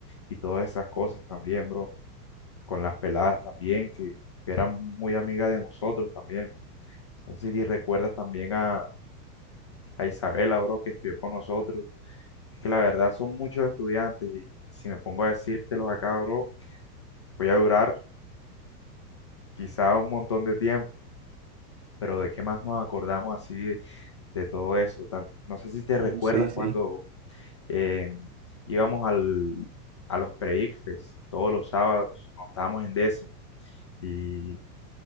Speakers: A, on the left; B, on the right.
A: y todas esas cosas también, bro. Con las peladas también, que, que eran muy amigas de nosotros también. No sé si recuerdas también a, a Isabela, bro, que estudió con nosotros. Es que la verdad son muchos estudiantes y si me pongo a decírtelos acá, bro, voy a durar quizá un montón de tiempo. pero ¿de qué más nos acordamos así de, de todo eso? Tan- no sé si te
B: Uh,
A: recuerdas
B: sí,
A: cuando
B: sí.
A: eh, íbamos al, a los pre-ICFES todos los sábados, cuando estábamos en décimo, y